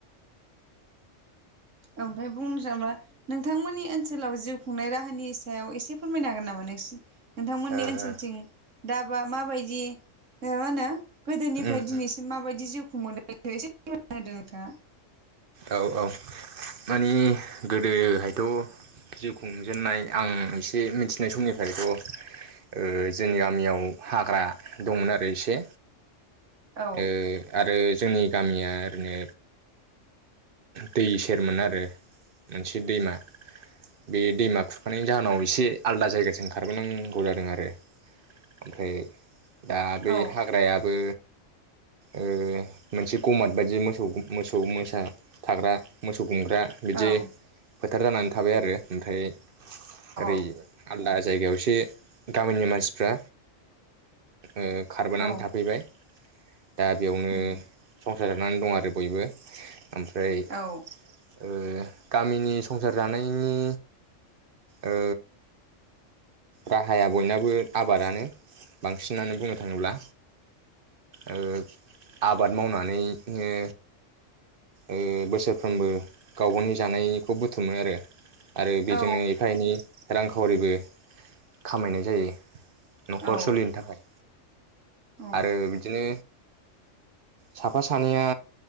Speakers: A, on the right; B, on the right.
A: ओमफ्राय बुंनो <unintelligible> नोंथांमोननि ओनसोलाव जिउ खुंनाय राहानि सायाव एसे फोरमायनो हागोन नामा नोंसि नोंथांमोननि
B: ओ
A: ओनसोलथिं
B: ओ
A: दाबा माबायदि ओ मा होनो गोदोनिफ्राय
B: उम
A: दिनैसिम
B: उम
A: माबायदि जिउ खुंबोदो <unintelligible>
B: औ औ माने गोदोहायथ' जिउ खुंजेननाय आं एसे मिथिनाय समनिफ्रायथ' ओ जोंनि गामियाव हाग्रा दंमोन आरो एसे।
A: औ
B: ओ आरो जोंनि गामिया ओरैनो दै सेरमोन आरो मोनसे दैमा बे दैमा खुरखानायनि जाहोनाव एसे आलदा जायगासिम खारबोनांगौ जादों आरो ओमफ्राय दा बे
A: औ
B: हाग्रायाबो ओ मोनसे गमाद बायदि मोसौ मोसौ मोसा थाग्रा मोसौ गुमग्रा बिदि
A: औ
B: फोथार जानानै थाबाय आरो ओमफ्राय
A: अ
B: ओरै आलदा जायगायाव एसे गामिनि मानसिफ्रा ओ खारबोनानै
A: औ
B: थाफैबाय। दा बेयावनो
A: उम
B: सं <unintelligible> नानै दं आरो बयबो। ओमफ्राय
A: औ
B: ओ गामिनि संसार जानायनि ओ राहाया बयनाबो आबादानो बांसिनानो बुंनो थाङोब्ला ओ आबाद मावनानै नो ओ बोसोरफ्रोमबो गाव गावनि जानायखौ बुथुमो आरो। आरो बेजोंनो
A: औ
B: एफा एनै रांखावरिबो खामायनाय जायो न'खर
A: औ
B: सोलिनो थाखाय।
A: औ
B: आरो बिदिनो साफा सानैया